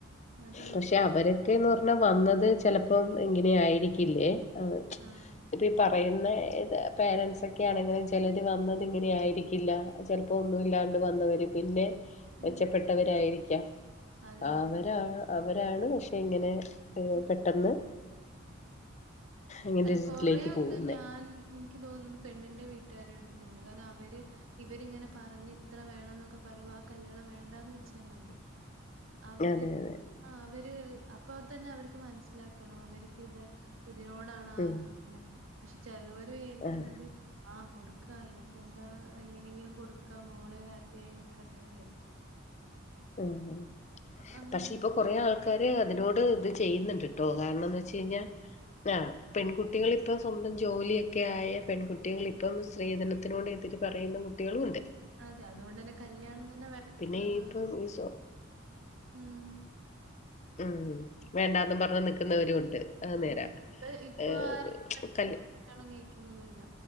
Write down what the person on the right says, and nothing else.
അതെ,
അതെ.
ആ.
ഉം.
അതെ, അതെ.
ഉം.
അല്ല കൊറെൊക്കെ
ഞാൻ എനിക്ക് തോന്നുന്നത് പെണ്ണിൻന്റെ വീട്ടുകാര എടുത്തൊണ്ട് കാരണം അവര് ഇവരിങ്ങനെ പറഞ്ഞഞ് ഇത്ര വേണം എന്നൊക്കെ പറയ്മ്പോ ആ കല്യാണം വേണ്ടാന്ന് വെച്ചാൽ മതി അവര്
ആ അവര് അപ്പൊ തന്നെ അവർക്ക് മനസ്സിലാക്കണം അവർക്ക് ഇത് ഇതിനോടാണ്
പക്ഷെ ചിലവരു വിചാരിക്കുന്നത്
ആഹ കൊടുക്കാ അയ്നിപ്പോ എന്താ എങ്ങനെയെങ്കിലും കൊടുക്കാ മോള് ഹാപ്പിയ ആയി നിക്കട്ടെ എന്ന വിചാരിക്കും
അങ്ങനെ
അങ്ങനെ
അതെ അതെ.
അതെ അതുകൊണ്ട് തന്നെ കല്യാണം തന്നെ വേണ്ട
വന്ന്
പറഞ്ഞ
ഉം
അതെ
പ്പൊ ഇപ്പൊ
ആരും പെട്ടെന്ന്
ണം കഴിക്കുന്നൊന്നുല്ല